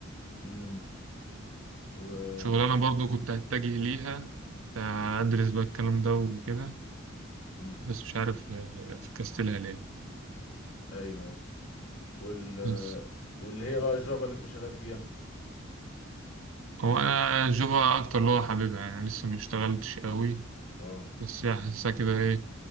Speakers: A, on the left; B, on the right.
A: امم و
B: شغلانة برضو كنت هتجه ليها كنت هدرس بقى الكلام ده وكده
A: امم
B: بس مش عارف آه، فكستلها ليه
A: ايوه ايوه وال
B: بس
A: واللي هي بقى الجافا اللي انت شغال فيها
B: هو انا جافا اكتر اللي هو حاببها يعني لسه ما اشتغلتش قوي
A: اه
B: بس حاسسها كده ايه